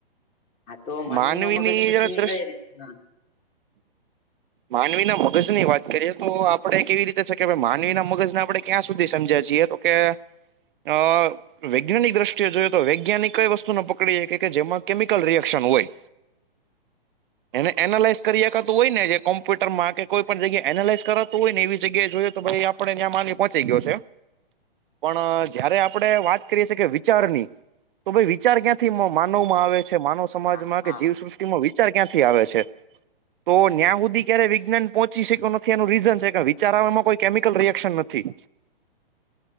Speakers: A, on the left; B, on the right.
A: હા તો માનવી
B: માનવીની
A: નો મગજ પછી
B: જરા દ્રષ્ટિ
A: કઈ ર
B: માનવી ના મગજ ની વાત કરીએ તો આપડે કેવી રીતે છે કે માનવી ના મગજને આપણે ક્યાં સુધી સમજ્યા છીએ તો ઓ કે અ વૈજ્ઞાનિક દ્રષ્ટિએ જોય તો વૈજ્ઞાનિક કઈ વસ્તુ નને પકડી કે કે જેમાં કેમિકલ ર ન હોય
A: <inaudible>
B: એને એનાલાઇઝ કરી આપખાતું હોય ને જે કોમ્પ્યુટરમાં કે કોઈ પણ જગ્યા એનાલાઈઝ કરાતું હોય ને એવી જગ્યાએ જોયએ તો ભાઈ આપ આપડ ત્યાં માલી પહોંચી ગયો છે
A: <inaudible>
B: પણ જયારે આપણે વાત કરીએી કે વિચારની તો ભાઈ વિચાર ક્યાંથી માનવમાં આવે છે માનવ સમાજમાં
A: હા હા
B: કે જીવસૃષ્ટિ વિચાર ક્યાંથી આવે છે તો ન્યાં સુધી ક્યારે વિજ્ઞાન પહોંચી શક્યો નથી એનું રીઝન છે કે વિચારવામાં કોઈ કેમિકલ રિએક્શન નથી
A: <inaudible>